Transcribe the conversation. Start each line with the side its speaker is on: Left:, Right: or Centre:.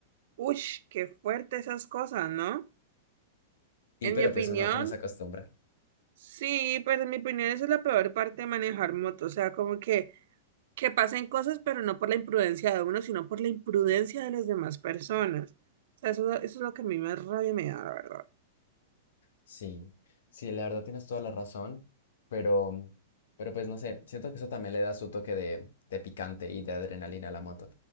Right: Ush, qué fuerte esas cosas, ¿no?
Left: Sí,
Right: En
Left: pero
Right: mi opinión,
Left: pues uno, uno se acostumbra.
Right: sí, pero en mi opinión esa es la peor parte de manejar moto, o sea, como que que pasen cosas, pero no por la imprudencia de uno, sino por la imprudencia de las demás personas. O sea, eso, eso es lo que a mí más rabia me da, la verdad.
Left: Sí, sí, la verdad tienes toda la razón, pero, pero pues no sé, siento que eso también le da su toque de, de picante y de adrenalina a la moto.